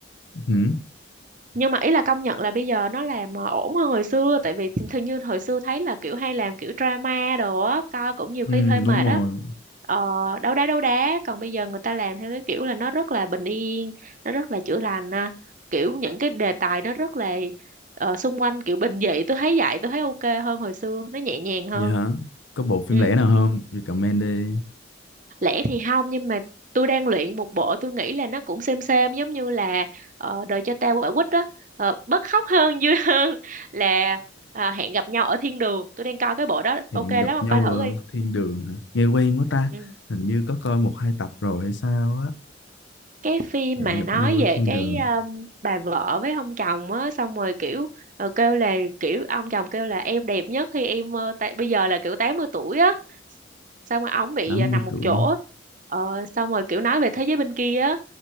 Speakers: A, on the left; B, on the right.
A: hử?
B: nhưng mà ý là công nhận là bây giờ nó làm ờ, ổn hơn hồi xưa tại vì thường thường như hồi xưa thấy là kiểu hay làm kiểu drama đồ á coi cũng nhiều khi
A: ừ,
B: hơi mệt
A: đúng rồi
B: á ờ đấu đá đấu đá còn bây giờ người ta làm theo cái kiểu là nó rất là bình yên nó rất là chữa lành à. kiểu những cái đề tài nó rất là ờ, xung quanh kiểu bình dị tôi thấy vậy tôi thấy ok hơn hồi xưa nó nhẹ nhàng hơn
A: vậy hả có bộ phim
B: ừ
A: lẻ nào không recommend đi
B: lẻ thì không nhưng mà tôi đang luyện một bộ tôi nghĩ là nó cũng xem xem giống như là ờ, đời cho tao quả quýt đó ờ, bớt khóc hơn vui <laughs> hơn là à, hẹn gặp nhau ở thiên đường tôi đang coi cái bộ đó
A: hẹn
B: ok lắm
A: gặp
B: ông
A: nhau
B: coi thử
A: ở
B: đi
A: thiên đường hả nghe quen quá ta
B: Ừ.
A: hình như có coi một hai tập rồi hay sao á
B: cái phim
A: hẹn
B: mà
A: gặp
B: nói
A: nhau ở
B: về
A: thiên
B: cái
A: đường
B: um, bà vợ với ông chồng á xong rồi kiểu ờ, kêu là kiểu ông chồng kêu là em đẹp nhất khi em uh, bây giờ là kiểu 80 tuổi á xong rồi ổng bị
A: tám
B: ờ, nằm
A: mươi
B: một
A: tuổi
B: chỗ ờ, xong rồi kiểu nói về thế giới bên kia á